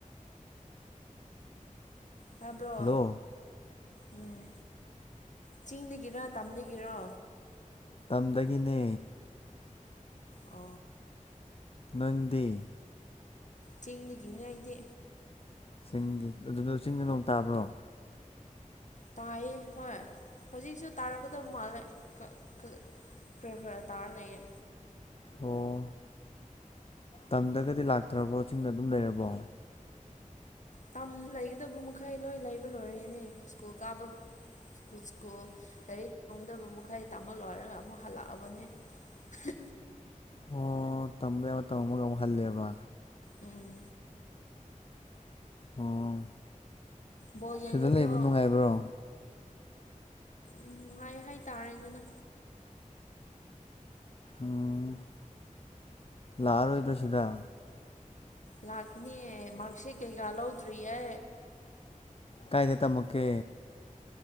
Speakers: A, on the left (about 60°); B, on the left (about 45°).
A: ꯇꯥꯕ꯭ꯔꯣ
B: ꯍꯜꯂꯣ
A: ꯎꯝ ꯆꯤꯡꯗꯒꯤꯔ ꯇꯝꯗꯒꯤꯔꯣ
B: ꯇꯝꯗꯒꯤꯅꯦ
A: ꯑ
B: ꯅꯪꯗꯤ
A: ꯆꯤꯡꯗꯒꯤꯅꯦ ꯑꯩꯗꯤ
B: ꯆꯤꯡꯒꯤ ꯑꯗꯨꯗ ꯆꯤꯡꯗ ꯅꯣꯡ ꯇꯥꯕ꯭ꯔꯣ
A: ꯇꯥꯏꯌꯦ ꯍꯣꯏ ꯍꯧꯖꯤꯛꯁꯨ ꯇꯥꯔꯛꯀꯗꯕ ꯃꯥꯜꯂꯦ ꯍ ꯈ ꯇꯥꯔ ꯂꯩꯑꯦ
B: ꯑꯣ ꯇꯝꯗꯒꯗꯤ ꯂꯥꯛꯇ꯭ꯔꯕꯣ ꯆꯤꯡꯗ ꯑꯗꯨꯝ ꯂꯩꯔꯕꯣ
A: ꯇ ꯂꯩꯒꯗꯕ ꯃꯈꯩ ꯂꯣꯏ ꯂꯩꯕ ꯂꯣꯏꯔꯦꯅꯦ ꯁ꯭ꯀꯨꯜ ꯀꯥꯕ ꯁꯀꯨꯠ ꯁ꯭ꯀꯨꯜ ꯂꯥꯏꯔꯤꯛ ꯇꯣꯡꯗꯕ ꯃꯈꯩ ꯇꯥꯍꯜꯂꯣꯏꯔꯒ ꯑꯃꯨꯛ ꯍꯜꯂꯛꯑꯕꯅꯦ ꯍ
B: ꯑꯣ ꯇꯝꯕ ꯌꯥꯕ ꯇꯝꯝꯃꯒ ꯑꯃꯨꯛ ꯍꯜꯂꯦꯕ
A: ꯎꯝ
B: ꯑꯣ
A: ꯕꯣꯜ ꯌꯦꯡꯒꯗ꯭ꯔꯣ
B: ꯁꯤꯗ ꯂꯩꯕ ꯅꯨꯡꯉꯥꯏꯕ꯭ꯔꯣ
A: ꯎꯝ ꯅꯨꯡꯉꯥꯏ ꯍꯥꯏꯇꯥꯔꯦ ꯑꯗꯨꯅ
B: ꯎꯝ ꯂꯥꯛꯑꯔꯣꯏꯗ꯭ꯔ ꯁꯤꯗ
A: ꯂꯥꯛꯀꯅꯦ ꯃꯥꯔꯛꯁꯤ ꯀꯩꯀꯥ ꯂꯧꯗ꯭ꯔꯤꯌꯦ
B: ꯀꯥꯏꯗꯩ ꯇꯃꯀꯦ